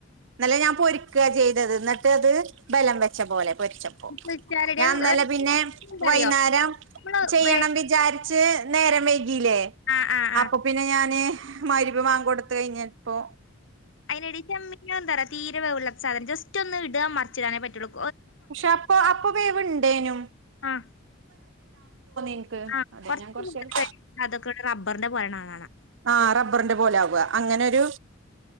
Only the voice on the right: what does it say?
എന്നല്ല ഞാൻ പൊരിക്കുക ചെയ്തത് എന്നിട്ട് അത് ബലം വെച്ച പോലെ പൊരിച്ചപ്പോ
ഞാൻന്നലെ
പിന്നെ
വൈകുന്നേരം
ചെയ്യണം
വിചാരിച്ച് നേരം വ ല്ലേ
അപ്പൊ പിന്നെ ഞാന് മയിരിബ് ബാങ്ക കൊടുത്ത് കഴിഞ്ഞപ്പോൊ
പക്ഷെ അപ്പൊ അപ്പ വേവ ഉണ്ടേനും
എനിക്ക്
അതെ
ഞാൻ
കൊറച്ചേരം
ആറബ്ബറിൻന്റെ ല അങ്ങനെരു